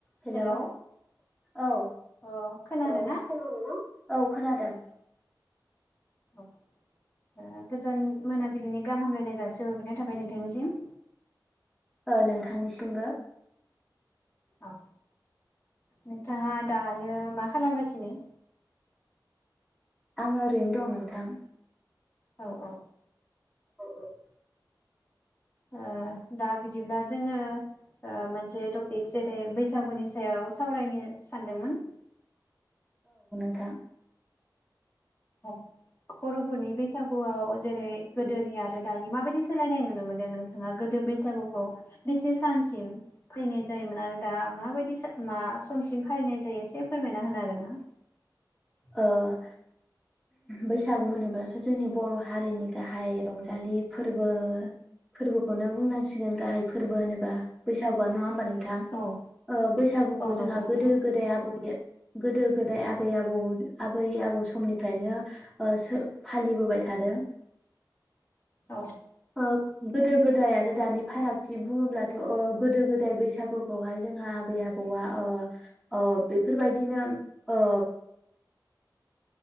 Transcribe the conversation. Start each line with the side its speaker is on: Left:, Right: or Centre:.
Centre: हेल'
Left: हेलौ
Centre: औ ओ
Left: अ खोनादों ना
Centre: खोनादों? औ खोनादों
Left: औ ओ गोजान मोनाबिलिनि गाहाम हामलायनाय जासि हरग्रोनाय थाबाय नोंथांनिसिम।
Centre: ओ नोंथांनिसिमबो।
Left: औ नोंथाङा दायो मा खालामगासिनो?
Centre: आङो ओरैनो दं नोंथां।
Left: औ औ।
Centre: औ औ
Left: ओ दा बिदिब्ला जोङो ओ मोनसे टपिक जेरै बैसागुनि सायाव सावरायनो सानदोंमोन।
Centre: <unintelligible>
Left: औ बर'फोरनि बैसागुआव जेरै गोदोनि आरो दानि माबायदि सोलायनाय नुनो मोनदों नोंथाङा गोदो बैसागुखौ बेसे सानस सिम फैनाय जायोमोन आरो दा माबायदि स मा समसिम फालिनाय जायो एसे फोरमायना होनो हागोन ना?
Centre: ओ बैसागु होनोब्लाथ' जोंनि बर' हारिनि गाहाय रंजालि फोरबो फोरबोखौनो बुंनांस सिगोन गाहाय फोरबो होनोबा। बैसागुआनो नङा होमबा नों थां
Left: औ
Centre: ओ बैसागुखौ
Left: औ नंगौ
Centre: जोंहा
Left: नोंथां
Centre: गोदो गोदाय आबै गोदो गोदाय आबै आबौ आबै आबौ समनिफ्रायनो ओ सो फालिबोबाय थादों।
Left: औ
Centre: अ गोदो गोद दाय आरो दानि फारागथि बुङोब्लाथ' ओ गोदो गोदाय बैसागुखौहाय जोंहा आबै आबौआ ओ ओ बेफोरबायदिनो ओ